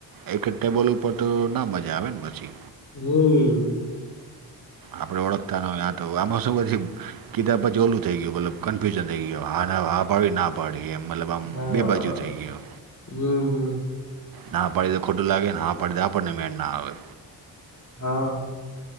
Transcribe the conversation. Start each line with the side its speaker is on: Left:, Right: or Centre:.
Right: એક ટેબલ ઉપર તો ના મજા આવે ને પછી.
Left: હમ્મ.
Right: આપડે ઓળખતા ન યા તો આમાં શું પછી કિતાબ પછી ઓલું ઈ ગય મતલબ કન્ફ્યુઝન થઈ ગ હા હા પાડી ના. ઉપાડી મતલબ આમ
Left: હા
Right: બે બાજુ થઈ ગયો.
Left: હમ હમ
Right: ના પાડીને તો ખોટું લાગે ને હા પાડી તો આપણને મેળ ના આવે.
Left: હા